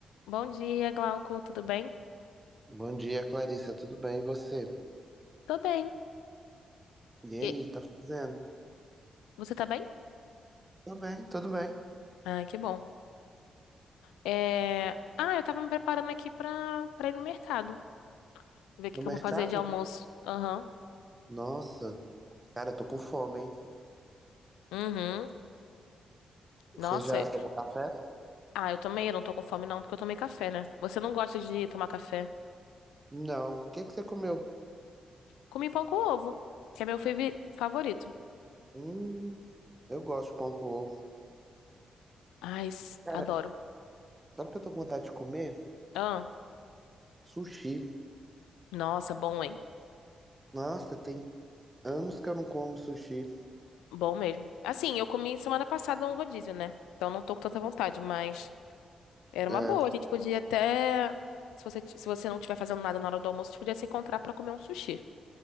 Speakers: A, on the left; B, on the right.
A: Bom dia, Glauco, tudo bem?
B: Bom dia, Clarissa. Tudo bem? E você?
A: Tô bem.
B: E
A: E-
B: aí, tá fazendo?
A: Você tá bem?
B: Tudo bem, tudo bem.
A: Ah, que bom. É... Ah, eu tava me preparando aqui pra, pra ir no mercado. Ver o que
B: No
A: que
B: mercado?
A: eu vou fazer de almoço. Aham.
B: Nossa, cara, eu tô com fome, hein?
A: Uhum. Nossa.
B: Você já tomou café?
A: Ah, eu também, eu não tô com fome não, porque eu tomei café, né? Você não gosta de tomar café?
B: Não. O que que você comeu?
A: Comi pão com ovo, que é meu favi- favorito.
B: Hum, eu gosto de pão com ovo.
A: Ai, s-
B: Cara,
A: adoro.
B: sabe o que eu tô com vontade de comer?
A: Ah,
B: Sushi.
A: nossa, bom, hein?
B: Nossa, tem anos que eu não como sushi.
A: Bom mesmo. Assim, eu comi semana passada um rodízio, né? Então não tô com tanta vontade, mas... Era uma
B: É,
A: boa. A gente podia até. Se você, ti- se você não estiver fazendo nada na hora do almoço, a gente podia se encontrar pra comer um sushi.